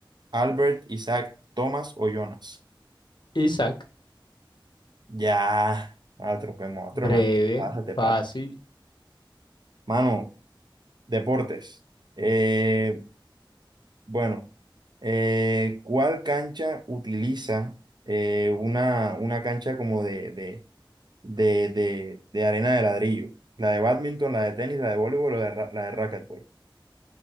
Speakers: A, on the right; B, on the left.
A: ¿Albert, Isaac, Thomas o Jonas?
B: Isaac.
A: Ya, otro, otro,
B: Breve,
A: hermano. Pásate,
B: fácil.
A: pasa. Mano, deportes. Eh, Bueno, eh, ¿cuál cancha utiliza eh, una, una cancha como de, de, de, de, de arena de ladrillo? La de bádminton, la de tenis, la de voleibol o la de, ra- la de racquetball.